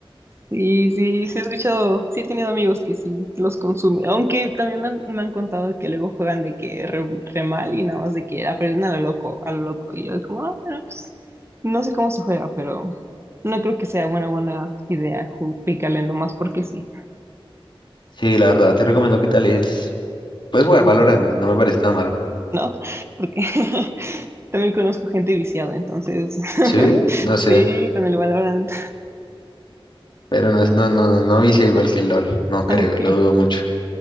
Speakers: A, on the right; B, on the left.
A: Sí, sí, sí he escuchado, sí he tenido amigos que sí los consumen, aunque también me han, me han contado que luego juegan de que re, re mal y nada más de que aprenden a lo loco, a lo loco, y yo como, ah, bueno, pues, no sé cómo se juega, pero no creo que sea una buena idea ju- picarle nomás porque sí,
B: Sí, la verdad, te recomiendo que te alejes. Puedes jugar Valorant, no me parece tan malo.
A: ¿no? Porque <laughs> también conozco gente viciada, entonces, <laughs>
B: Sí, no sé,
A: sí, con el Valorant,
B: pero no, es- no, no, no, no vicia igual que el LOL, no creo,
A: <laughs> ok,
B: lo dudo mucho.